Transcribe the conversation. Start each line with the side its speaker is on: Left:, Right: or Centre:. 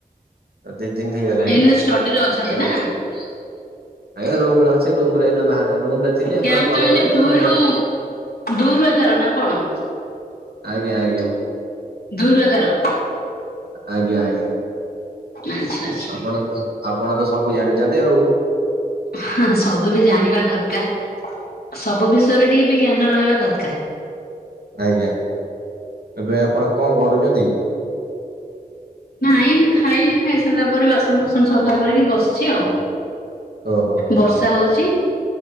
Right: ଅସଦି ତିନି ହେଲାଣି
Left: ଏଇନେ ଷ୍ଟଡିରେ ଅଛନ୍ତି
Right: ହଁ।
Left: ନା?
Right: ଆଜ୍ଞା ରୁମରେ ଅଛି, ରୁମରେ ଏଇନା ବାହାରେ, ରୁମରେ ଥିଲି
Left: କ୍ୟାମ୍ପ
Right: ଆପଣ କଲ୍
Left: ତ ଏଇନେ
Right: କଲେ
Left: ଦୁଇରୁ
Right: ତା ପରେ ଆ
Left: ଦୁଇରୁ ଏଗାର ନା କଣ?
Right: ଆଜ୍ଞା ଆଜ୍ଞା।
Left: ଦୁଇ ରୁ ଏଗାର।
Right: ଆଜ୍ଞା ଆଜ୍ଞା।
Left: ଆଚ୍ଛା ଆଚ୍ଛା।
Right: ଆପଣ ତ ଆପଣ ତ ସବୁ ଜାଣିଛନ୍ତି ଆଉ।
Left: <unintelligible> ସବୁ ବି ଜାଣିବା ଦରକାର ସବୁ ବିଷୟରେ ଟିକେ ବି ଜ୍ଞାନ ରହିବା ଦରକାର।
Right: ଆଜ୍ଞା ଏବେ ଆପଣ କଣ କରୁଚନ୍ତି?
Left: ନାଇଁ ଏମିତି ଖାଇଲି ଖାଇସାରିଲା ପରେ ବାସନକୁସନ ସଫା କରିକି ବସିଛି ଆଉ।
Right: ଓହୋ।
Left: ବର୍ଷା ହଉଛି।